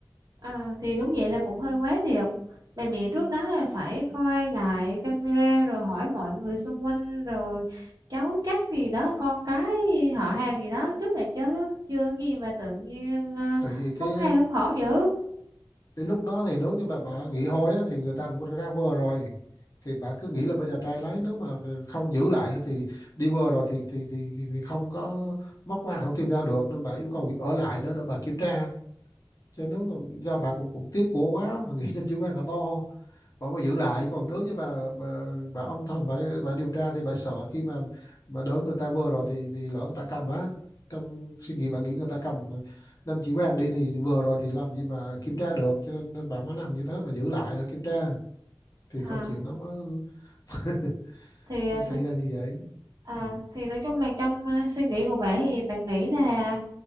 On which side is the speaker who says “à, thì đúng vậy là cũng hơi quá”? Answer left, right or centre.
Right